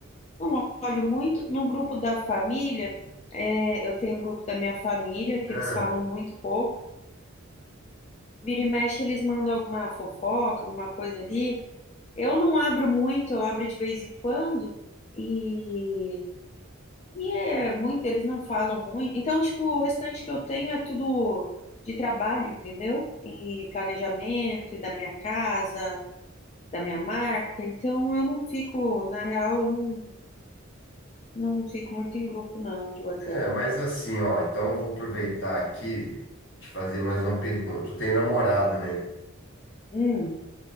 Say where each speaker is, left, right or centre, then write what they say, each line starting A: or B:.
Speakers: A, on the left; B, on the left.
A: não olho muito. No grupo da família, é, eu tenho o grupo da minha família, que
B: Ah,
A: eles falam muito pouco. Vira e mexe, eles mandam alguma fofoca, alguma coisa ali. Eu não abro muito, eu abro de vez em quando. e e é muito, eles não falam muito. Então, tipo, o restante que eu tenho é tudo de trabalho, entendeu? E planejamento, e da minha casa, da minha marca. Então, eu não fico, na real, eu não, não fico muito em grupo, não, de WhatsApp.
B: é, mas assim, ó, então eu vou aproveitar aqui te fazer mais uma pergunta. Tu tem namorado, né?
A: Hum,